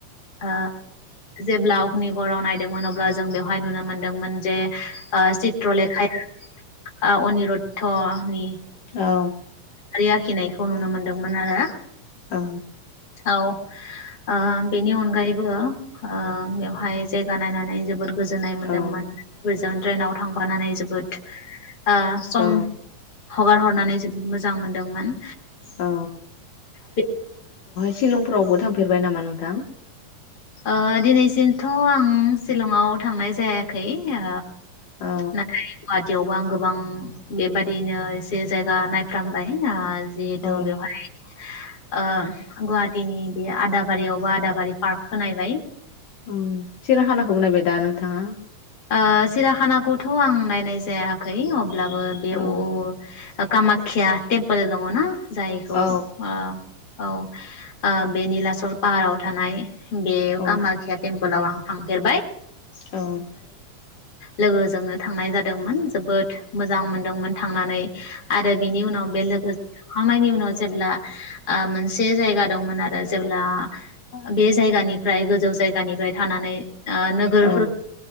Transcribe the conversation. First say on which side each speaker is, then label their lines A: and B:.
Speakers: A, on the left; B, on the left.
A: ओ जेब्ला अगनिगराव नायदोंमोन अब्ला जों बेवहाय नुनो मोन्दोंमोन जे ओ चित्रलेखाया। ओ अनिरुद्धनि
B: औ।
A: आरि आखिनायखौ नुनो मोनदोंमोन आरो।
B: औ।
A: औ ओ बेनि अनगायैबो ओ बेवहाय जायगा नायनानै जोबोद गोजोननाय मोनदोंमोन
B: औ
A: गोज जों ट्रेनाव थांफानानै जोबोद ओ सम
B: औ
A: हगार हरनानै जोबोद मोजां मोनदोंमोन
B: औ
A: बे
B: शिलंफ्रावबो थांफेरबाय नामा नोंथां?
A: ओ दिनैसिमथ' आं शिलंआव थांनाय जायाखै ओ
B: औ
A: नाथाय गुवाहाटियावबो आं गोबां बेबादिनो इ से जायगा नायफ्रामबाय ओ जिहेथु
B: औ
A: बेवहाय ओ गुवाहाटिनि बे आदाबारियावबो आदाबारि पार्क खो नायबाय ।
B: ओम सिराखानाखौबो नायबाय दा नों थाङा?
A: ओ सिराखानाखौथ' आं नायनाय जायाखै अब लाबो बे अ
B: औ
A: ओ कामाख्या टेम्पोल दङ ना जायखौ
B: औ
A: ओ औ ओ बे निलाचल फाहाराव थानाय बे
B: औ
A: कामाख्या टेम पोलाव आं थांफेरबाय ।
B: औ ।
A: लोगोजोंनो थांनाय जादोंमोन जोबोद मोजां मोनदोंमोन थांनानै आरो बेनि उनाव बेलोगोजों थांखांनायनि उनाव जेब्ला ओ मोनसे जायगा दंमोन आरो जेब्ला बे जायगानिफ्राय गोजौ जायगानिफ्राय थानानै ओ नोगोरफोर
B: औ